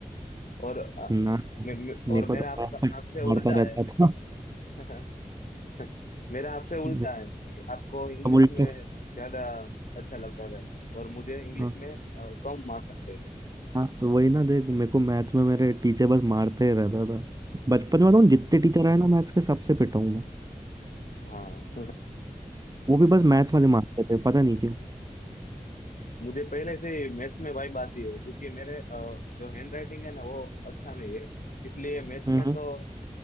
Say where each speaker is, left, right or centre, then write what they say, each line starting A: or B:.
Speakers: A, on the left (about 65°); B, on the right (about 25°).
A: और अ,
B: ना
A: मे- मे-
B: मेरे
A: और मेरा
B: को तो
A: आपका
B: मैथ्स का
A: आपसे
B: मारता
A: उल्टा
B: रहता
A: है
B: था
A: <laughs> मेरा आपसे उल्टा
B: <laughs>
A: है कि आपको इंग्लिश
B: अब उल्टा
A: में ज्यादा अच्छा लगता था और मुझे इंग्लिश
B: हाँ
A: में अ, कम मार्क्स आते थे
B: हाँ तो वही ना देख मेरे को मैथ्स में मेरे टीचर बस मारते ही रहता था बचपन में बताऊँ जितने टीचर आए ना मैथ्स के सबसे पिटा हूँ मैं
A: हाँ
B: वो भी बस मैथ्स
A: <laughs>
B: वाले मारते थे पता नहीं क्यों
A: मुझे पहले से ही मैथ्स में वाइब आती है क्योंकि मेरे अ, जो हैंड राइटिंग है ना वो अच्छा नहीं है इसलिए मैथ्स
B: हम्म
A: में तो अ,